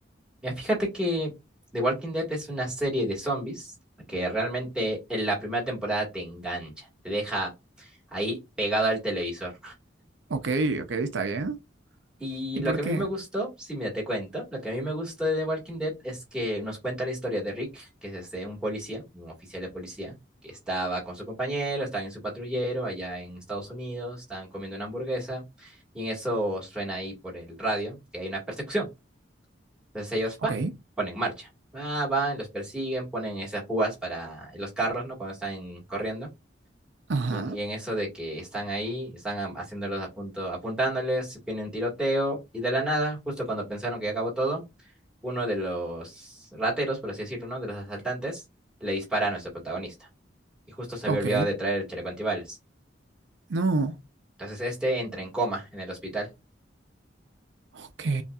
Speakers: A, in the centre; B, on the right.
A: Mira, fíjate que The Walking Dead es una serie de zombies que realmente en la primera temporada te engancha, te deja ahí pegado al televisor.
B: Ok, ok, está bien.
A: Y
B: ¿Y
A: lo
B: por
A: que a
B: qué?
A: mí me gustó, si mira, te cuento, lo que a mí me gustó de The Walking Dead es que nos cuenta la historia de Rick, que es este, un policía, un oficial de policía, que estaba con su compañero, estaban en su patrullero allá en Estados Unidos, estaban comiendo una hamburguesa, y en eso suena ahí por el radio que hay una persecución. Entonces ellos, pa,
B: Ok.
A: ponen marcha. Va, van, los persiguen, ponen esas púas para los carros, ¿no? Cuando están corriendo.
B: Ajá.
A: Y en, y en eso de que están ahí, están am- haciéndolos a punto, apuntándoles, viene un tiroteo, y de la nada, justo cuando pensaron que ya acabó todo, uno de los rateros, por así decirlo, ¿no? De los asaltantes, le dispara a nuestro protagonista. Y justo se
B: Ok.
A: había olvidado de traer el chaleco antibalas.
B: No.
A: Entonces este entra en coma en el hospital.
B: Ok.